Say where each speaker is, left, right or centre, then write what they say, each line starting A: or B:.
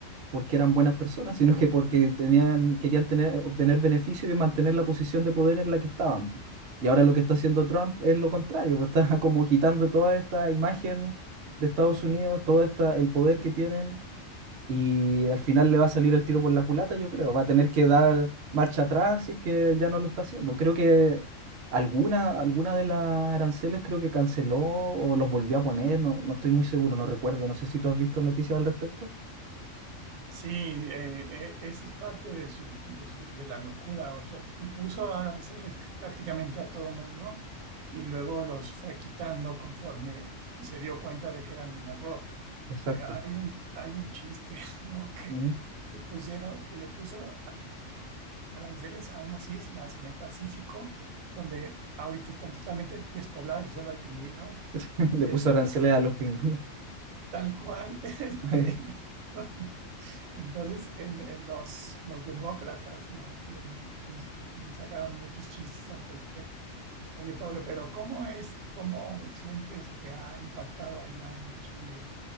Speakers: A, on the right; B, on the right.
A: porque eran buenas personas, <laughs> sino que porque tenían, querían tener, obtener beneficio y mantener la posición de poder en la que estaban. Y ahora lo que está haciendo Trump es lo contrario, pues está <laughs> como quitando toda esta imagen de Estados Unidos, todo esta, el poder que tienen y al final le va a salir el tiro por la culata, yo creo. Va a tener que dar marcha atrás si es que ya no lo está haciendo. Creo que alguna, alguna de las aranceles creo que canceló o los volvió a poner, no, no estoy muy seguro, no recuerdo. No sé si tú has visto noticias al respecto.
B: Sí, eh, e- esa es parte de su, de su, de la locura. O sea, puso aranceles que prácticamente a todo mundo y luego los fue quitando conforme se dio cuenta de que eran un error.
A: Exacto.
B: Eh, hay un, hay un chiste, <laughs> ¿no? Que,
A: Ujú.
B: que pusieron, que le puso aranceles a unas islas en el Pacífico, donde ahorita están totalmente despobladas y solo hay pingüinos.
A: <laughs> Le
B: Y
A: puso
B: este
A: aranceles a los pingüinos.
B: Tal cual, <laughs> este,
A: <laughs>
B: y entonces, entonces, en, en los, los demócratas lo- le, le- le sacaron muchos chistes al respecto. Oye, Pablo, pero ¿cómo es, cómo sientes que ha impactado allá en Chile